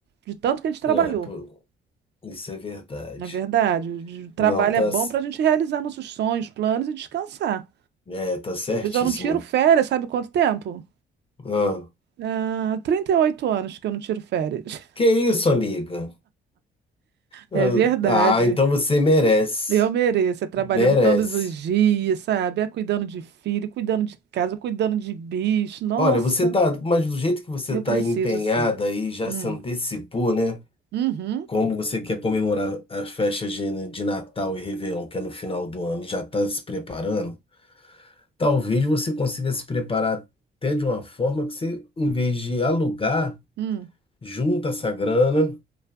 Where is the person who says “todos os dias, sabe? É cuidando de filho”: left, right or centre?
Right